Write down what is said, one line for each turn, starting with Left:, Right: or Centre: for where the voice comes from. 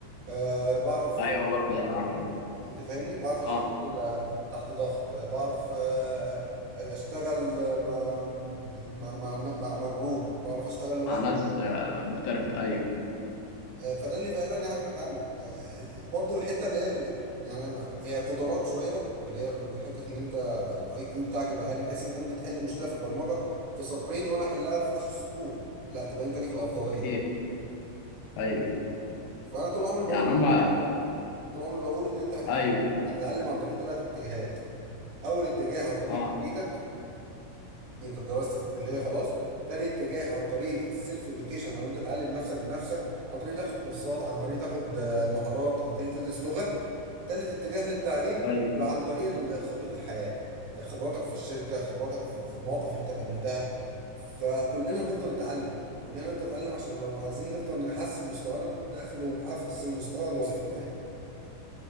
Right: أه بعرف
Left: ايوه برضه احنا عملنا
Right: انت فاهمني بعرف اشتغل
Left: اه
Right: آه، تحت ضغط آه، بعرف آه، آه، اشتغل آه، مع مع مع, مع, مع جروب بعرف اشتغل لوحدي
Left: مع ناس آه، مختلفه ايوه
Right: آه، فده اللي فرقني عنك عنك آه، آه، برضو الحته اللي هي ال- يعني هي قدرات شويه اللي هي حته ان انت الاي كيو بتاعك يبقى عالي بحيث ان انت ممكن تحل مشكله في البرمجه في سطرين وانا احلها في 10 سطور لا تبقى انت ليك الافضليه
Left: اكيد ايوه
Right: فانا طول عمري بقول
Left: يعني هم
Right: كده طول عمري بقول ان انت هتتعلم
Left: ايوه
Right: هتتعلم عن طريق ثلاث اتجاهات اول اتجاه عن طريق
Left: اه
Right: كليتك انت درست في الكليه خلاص تاني اتجاه عن طريق السيلف اديوكيشن او انت تعلم نفسك بنفسك عن طريق تاخد كورسات عن طريق تاخد آه، مهارات عن طريق تدرس لغه تالت اتجاه للتعليم
Left: ايوه
Right: يبقى عن طريق ال- خبره الحياه آه، خبراتك في الشركه خبراتك في في مواقف انت قابلتها فكلنا هنفضل نتعلم كلنا هنفضل نتعلم عشان لو عايزين نفضل نحسن مستوانا الدخل ونحسن مستوى الوظيفه بتاعتنا